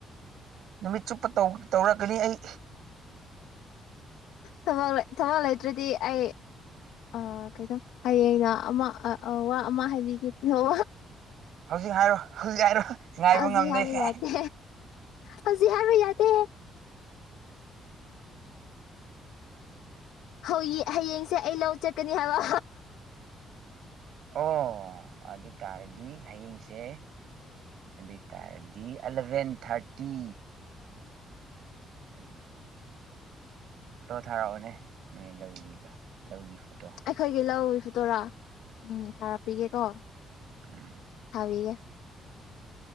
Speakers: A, on the right; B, on the left.
A: ꯅꯨꯃꯤꯠ ꯆꯨꯞꯄ ꯇꯧꯔꯛꯀꯅꯤ ꯑꯩ
B: ꯊ ꯊꯕꯥꯛ ꯂꯩꯇ꯭ꯔꯗꯤ ꯑꯩ ꯑꯥ ꯀꯩꯅꯣ ꯍꯌꯦꯡꯩꯅ ꯑꯃ ꯋꯥ ꯑꯃ ꯍꯥꯏꯕꯤꯒꯦꯣ
A: ꯍꯧꯖꯤꯛ ꯍꯥꯏꯔꯣ ꯍꯧꯖꯤꯛ ꯍꯥꯏꯔꯣ ꯉꯥꯏꯕ
B: ꯍꯧꯖꯤꯛ
A: ꯉꯝꯗꯦ
B: ꯍꯥꯏꯕ
A: ꯀꯥꯏ
B: ꯌꯥꯗꯦ ꯍꯧꯖꯤꯛ ꯍꯥꯏꯔꯕ ꯌꯥꯗ ꯍ ꯍꯌꯦꯡꯁꯦ ꯑꯩ ꯂꯧ ꯆꯠꯀꯅꯤ ꯍꯥꯏꯕ
A: ꯑꯣ ꯑꯗꯨ ꯇꯔꯗꯤ ꯍꯌꯦꯡꯁꯦ ꯑꯗꯨ ꯑꯣꯏꯇꯥꯔꯗꯤ ꯗꯤ ꯑꯦꯂꯚꯦꯟ ꯊꯥꯔꯇꯤ ꯎꯝ ꯐꯣꯇꯣ ꯊꯥꯔꯛꯑꯣꯅꯦ ꯅꯣꯏ ꯂꯧꯒꯤꯗꯣ ꯂꯧꯒꯤ ꯐꯣꯇꯣ
B: ꯑꯩꯈꯣꯏꯒꯤ ꯂꯧ ꯐꯨꯇꯣꯔꯥ ꯎꯝ ꯊꯥꯔꯛꯄꯤꯒꯦꯀꯣ
A: ꯎꯝ
B: ꯊꯥꯕꯤꯒꯦ